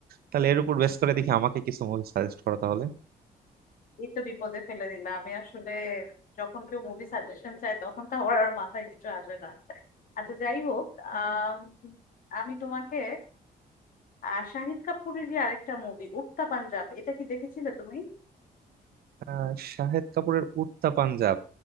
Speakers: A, on the right (about 70°); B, on the left (about 60°).
A: তাহলে এর উপর বেস করে দেখি আমাকে কিছু মুভি সাজেস্ট করো তাহলে
B: এই তো বিপদে ফেলে দিলাম আমি আসলে যখন কেউ মুভি সাজেশন চায় তখন তো আমার আর মাথায় কিছু আসে না আচ্ছা যাই হোক আম, আমি তোমাকে আহ, শাহিদ কাপুরের যে আরেকটা মুভি উড়তা পাঞ্জাব এটা কি দেখেছিলে তুমি
A: আহ, শাহেদ কাপুরের উড়তা পাঞ্জাব